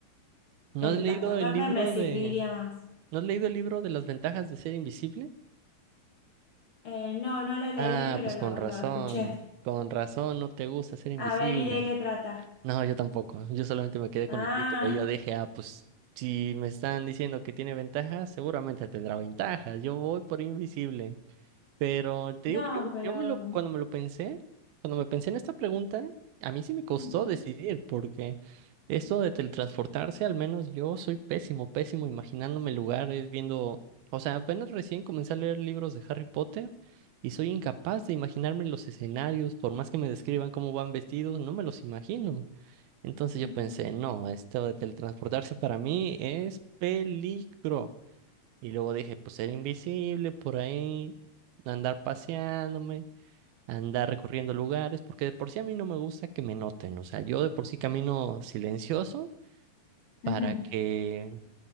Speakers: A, on the right; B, on the left.
A: ¿No
B: teletransportarme
A: has leído el libro
B: me serviría
A: de...
B: más.
A: ¿No has leído el libro de las ventajas de ser invisible?
B: Eh, no, no lo leí,
A: Ah,
B: pero
A: pues
B: lo,
A: con razón,
B: lo escuché.
A: con razón, no te gusta ser invisible.
B: A ver, ¿y de qué trata?
A: No, yo tampoco, yo solamente me quedé
B: Ah,
A: con el título y yo dije, ah, pues si me están diciendo que tiene ventajas, seguramente tendrá ventajas, yo voy por invisible. Pero te
B: no,
A: digo, yo,
B: pero...
A: yo me lo, cuando me lo pensé, cuando me pensé en esta pregunta, a mí sí me costó
B: ujú,
A: decidir, porque esto de teletransportarse, al menos yo soy pésimo, pésimo imaginándome lugares, viendo, o sea, apenas recién comencé a leer libros de Harry Potter y soy incapaz de imaginarme los escenarios, por más que me describan cómo van vestidos, no me los imagino. Entonces
B: ujú.
A: yo pensé, no, esto de teletransportarse para mí es peligro. Y luego dije, pues ser invisible por ahí, andar paseándome, andar recorriendo lugares, porque de por sí a mí no me gusta que me noten, o sea, yo de por sí camino silencioso para
B: Ujú.
A: que,